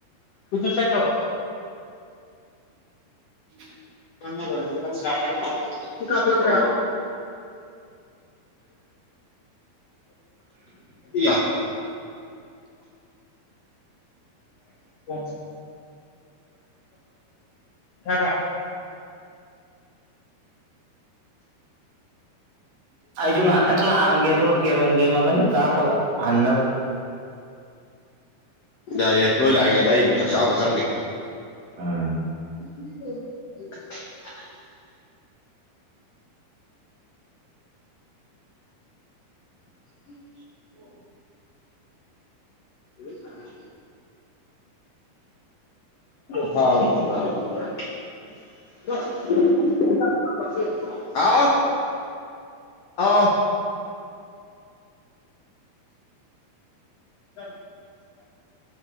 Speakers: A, on the left; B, on the right.
A: ꯇꯨꯁꯥꯏ ꯊꯕ
B: ꯎ
A: ꯀꯥꯄꯂ ꯀ ꯌꯥ <unintelligible> ꯀꯣ ꯆꯁꯗ
B: ꯑꯩꯁꯨ ꯉꯥꯛꯇꯪ ꯂꯥꯛꯑꯝꯒ ꯑꯗꯨꯒ ꯀꯦꯔꯣꯡꯝꯒꯦꯝ ꯑꯃꯅꯤ ꯀꯥꯞꯄꯒ ꯍꯟꯅꯕ
A: ꯌꯥꯏꯌꯦ ꯅꯣꯏ ꯂꯥꯛꯏꯉꯩꯗ ꯑꯩꯃꯨꯛ ꯆꯥꯛ ꯆꯥꯕ ꯆꯪꯒꯦ
B: ꯑꯥ
A: <unintelligible> ꯎꯝ
B: ꯍ <inaudible>
A: ꯏ ꯁꯔ ꯍꯗ ꯑꯥꯎ ꯑꯥ ꯑ <inaudible>